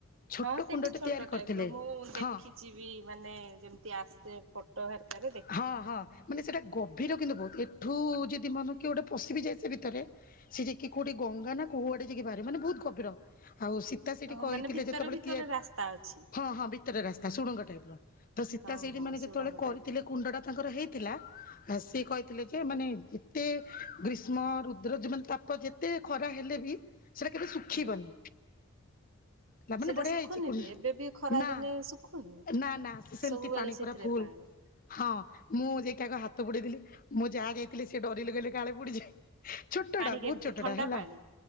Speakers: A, on the left; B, on the right.
A: ଛୋଟ
B: ହଁ ସେଇଠି
A: କୁଣ୍ଡଟେ
B: ଛୋଟ
A: ତିଆରି କରିଥିଲେ
B: ଟାଇପ୍ ର ମୁଁ ଦେଖିଛି
A: ହଁ
B: ବି ମାନେ ଯେମିତି ଆସେ ଫୋ <unintelligible> ଦେଖ
A: ହଁ ହଁ ମାନେ ସେଇଟା ଗଭୀର କିନ୍ତୁ ବହୁତ ଏଠୁ ଯଦି ମନେ କି ଗୋଟେ ପଶି ବିି ଯାଏ ସେ ଭିତରେ। ସେ ଯକି କୋଉଠେ ଗଙ୍ଗା ନା କୋଉଆଡେ ଯକି ବାହାରେ ମାନେ ବହୁତ ଗଭୀର ଆଉ ସି ତା ସେଠି
B: ଓହୋ
A: କହିଥିଲେ
B: ମାନେ ଭିତରେ
A: ଯେତେବେଳେ
B: ଭିତରେ ରାସ୍ତା ଅଛି
A: ହଁ ହଁ ଭିତରେ ରାସ୍ତା ସୁଡଙ୍ଗ ଟାଇପ ର। ତ ସୀତା
B: ହଉ
A: ସେଠି
B: ହଉ
A: ମାନେ ଯେତେବେଳେ
B: ସୁଡ଼ଙ୍ଗ
A: କରିଥିଲେ
B: ଟାଇପ ର
A: କୁଣ୍ଡ ଟା ତାଙ୍କର ହେଇଥିଲା। ଆ ସିଏ କହିଥିଲେ ଯେ ମାନେ ଏତେ ଗ୍ରୀଷ୍ମ ରୁଦ୍ର ଯେ ତ ତ ଯେତେ ଖରା ହେଲେ ବି ସେଟା କେବେ ଶୁଖିବନି।
B: ହୁଁ।
A: ଲା ମାନେ
B: ସେଇଟା
A: ବଢିଆ
B: ଶୁଖୁନି
A: ହେଇଛି
B: ବି ଏବେ ବି ଖରା
A: ନା
B: ଦିନେ ଶୁଖୁନି
A: ନା ନା ସେମତି
B: ସବୁବେଳେ
A: ପାଣି
B: ସେଥିରେ
A: ପୁରା ଭୁଲ।
B: ପାଣି
A: ହଁ ମୁଁ ଯାଇକିକୁ ହାତ ବୋଡେଇଦେଲି ମୁଁ ଯାହା ଯାଇଥିଲି ସେ ଡରି ଲଗେଇଲେ କାଳେ ପୁଡିଯାଏ। ଛୋଟଟା
B: ପାଣି
A: ବହୁତ
B: କେମିତି
A: ଛୋଟଟା
B: ଥଣ୍ଡା
A: ହେଲା।
B: ପାଣି?